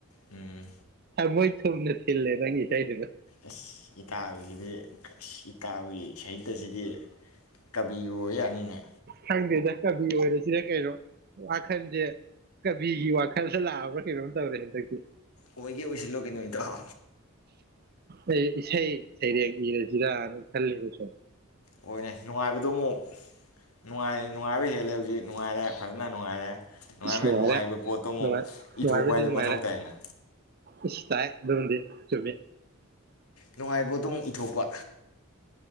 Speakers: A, on the left; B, on the right.
A: ꯎꯝ
B: ꯊꯃꯣꯏ ꯊꯨꯝꯅ ꯊꯤꯜꯂꯦ ꯅꯪꯒꯤ ꯏꯁꯩꯗꯨꯅ
A: ꯑꯁ ꯏꯇꯥꯎꯁꯤꯗꯤ ꯑꯁ ꯏꯇꯥꯎꯒꯤ ꯁꯍꯤꯇꯁꯤꯗꯤ ꯀꯕꯤ ꯑꯣꯏ ꯌꯥꯅꯤꯅꯦ
B: ꯈꯪꯗꯦꯗ ꯀꯕꯤ ꯑꯣꯏꯔꯁꯤꯅ ꯀꯩꯅꯣ ꯋꯥꯈꯜꯁꯦ ꯀꯕꯤꯒꯤ ꯋꯥꯈꯜꯗ ꯂꯥꯛꯑꯕ꯭ꯔꯥ ꯀꯩꯅꯣꯝ ꯇꯧꯔꯦ ꯍꯟꯗꯛꯇꯤ
A: ꯑꯣꯏꯒꯦ ꯑꯣꯏꯁꯤꯜꯂꯣ ꯀꯩꯅꯣ ꯏꯇꯥꯎ
B: ꯑꯩ ꯏꯁꯩ ꯁꯩꯔꯦꯡ ꯏꯔꯁꯤꯔꯥꯅ ꯈꯜꯂꯤꯕꯁꯨꯝ
A: ꯑꯣꯏꯅꯦ ꯅꯨꯡꯉꯥꯏꯕꯗꯣ ꯑꯃꯨꯛ ꯅꯨꯡꯉꯥꯏ ꯅꯨꯡꯉꯥꯏꯕ ꯍꯦꯜꯂ ꯈꯜꯂꯗꯤ ꯅꯨꯡꯉꯥꯏꯔꯦ ꯐꯖꯅ ꯅꯨꯡꯉꯥꯏꯔꯦ ꯅꯨꯡꯉꯥꯏ
B: ꯅꯨꯡꯉꯥꯏꯔꯦ
A: ꯅꯨꯡꯉꯥꯏꯔꯤꯕ ꯄꯣꯠꯇꯣ ꯑꯃꯨꯛ
B: ꯅꯨꯡꯉꯥꯏ ꯅꯨꯡꯉꯥꯏꯕꯗꯤ
A: ꯏꯊꯣꯛꯄ ꯍꯥꯏꯗ
B: ꯅꯨꯡꯉꯥꯏꯔꯦ
A: ꯃꯊꯧ ꯇꯥꯏꯌꯦꯅ
B: ꯏꯁ ꯇꯥꯏ ꯑꯗꯨꯃꯗꯤ ꯆꯨꯝꯃꯤ
A: ꯅꯨꯡꯉꯥꯏꯕ ꯑꯗꯨ ꯑꯃꯨꯛ ꯏꯊꯣꯛꯄ